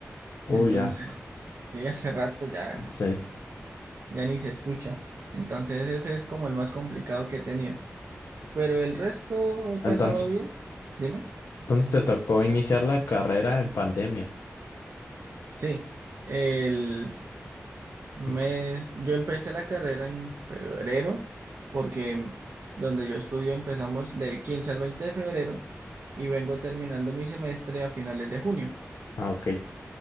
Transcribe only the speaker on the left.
oh,
ya,
sí.
Entonces,
entonces te tocó iniciar la carrera en pandemia.
Y co-
Ah, ok.